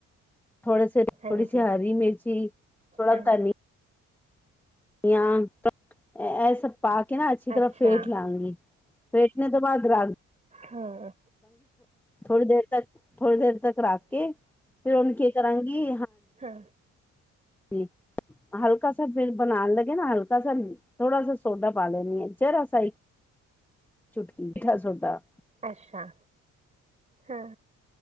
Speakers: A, in the centre; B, on the right.
A: ਥੋੜੇ ਸੇ ਥੋੜੀ
B: ਹਾਂਜੀ
A: ਸੀ ਹਰੀ ਮਿਰਚੀ, ਥੋੜਾ
B: ਹਾਂ
A: ਧਨੀ ਜਾਂ <unintelligible> ਐ ਸਭ ਪਾ ਕੇ ਨਾ ਅੱਛੀ ਤਰ੍ਹਾਂ
B: ਅੱਛਾ
A: ਫੇਟ ਲਾਂਗੀ। ਫੇਟਣੇ ਤੋਂ ਬਾਦ ਰਾਗ
B: ਹੂੰ।
A: ਥੋੜੀ ਦੇਰ ਤੱਕ ਥੋੜੀ ਦੇਰ ਤੱਕ ਰੱਖ ਕੇ ਫਿਰ ਉਹਨੂੰ ਕੀ ਕਰਾਂਗੀ।
B: ਹਾਂ।
A: ਜੀ ਹਲਕਾ ਸਾ ਫਿਰ ਬਣਾਉਣ ਲੱਗੇ ਨਾ ਹਲਕਾ ਸਾ ਥੋੜਾ ਸਾ ਸੋਡਾ ਪਾ ਲੈਣੀ ਹੈ ਜਰਾ ਸਾ ਇੱਕ ਚੁਟਕੀ ਮੀਠਾ ਸੋਡਾ।
B: ਅੱਛਾ, ਹੂੰ।